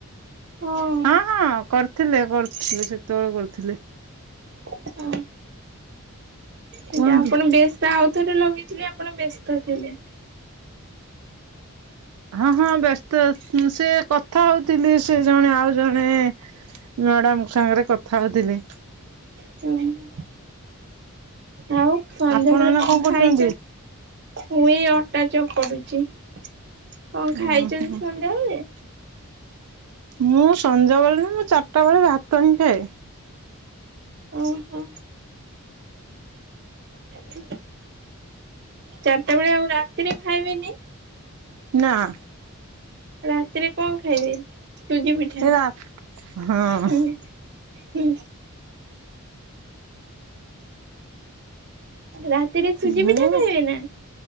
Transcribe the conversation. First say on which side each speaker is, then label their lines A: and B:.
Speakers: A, on the right (about 50°); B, on the right (about 80°).
A: ହଁ।
B: ହଁ, ହଁ କରିଥିଲେ କରିଥିଲେ ସେତେବେଳେ କରିଥିଲେ।
A: ଓହୋ। ସେଟା
B: କୁହନ୍ତୁ।
A: ଆପଣ ବ୍ୟସ୍ତ ଆଉଥରେ ଲଗେଇଥିଲେ ଆପଣ ବ୍ୟସ୍ତଥିଲେ।
B: ହଁ ହଁ ବ୍ୟସ୍ତ ସେ କଥା ହଉଥିଲି ସେ ଜଣେ ଆଉ ଜଣେ ମ୍ୟାଡାମଙ୍କ ସାଙ୍ଗରେ କଥା ହଉଥିଲି।
A: <unintelligible> ଆଉ ସନ୍ଧ୍ୟାବେଳେ
B: ଆପଣ ଏଇନା
A: କଣ
B: କରୁଛନ୍ତି?
A: ଖାଇଛ ମୁଁ ଏଇ ଅଟା ଚକଡୁଛି। କଣ
B: ଉଁ
A: ଖାଇଛନ୍ତି ସନ୍ଧ୍ୟାବେଳେ?
B: ମୁଁ ସଞ୍ଜବେଳେ ନା ମୁଁ ଚାରିଟା ବେଳେ ଭାତ ହିଁ ଖାଏ।
A: ଓହୋ। <unintelligible> ଚାରିଟା ବେଳେ ଆଉ ରାତିରେ ଖାଇବେନି?
B: ନାଁ।
A: ରାତିରେ କଣ ଖାଇବେ ସୁଜି ପିଠା?
B: ଏ ରା ହଁ
A: ହୁଁ। ହୁଁ। ରାତିରେ ସୁଜି
B: ମୁଁ
A: ପିଠା ଖାଇବେ ନା?